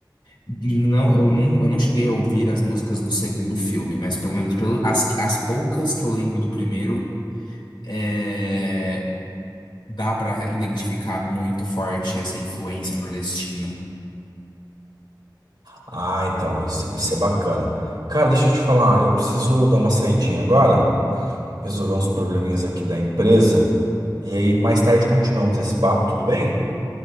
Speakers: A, on the left; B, on the right.
A: Não, eu não, eu não cheguei a ouvir as músicas do segundo filme, mas pelo menos pelo, as, as poucas que eu lembro do primeiro, é, dá pra identificar muito forte essa influência nordestina.
B: Ah, então, isso, isso é bacana. Cara, deixa eu te falar, eu preciso dar uma saidinha agora. resolver uns probleminhas aqui da empresa. E aí, mais tarde continuamos esse papo, tudo bem?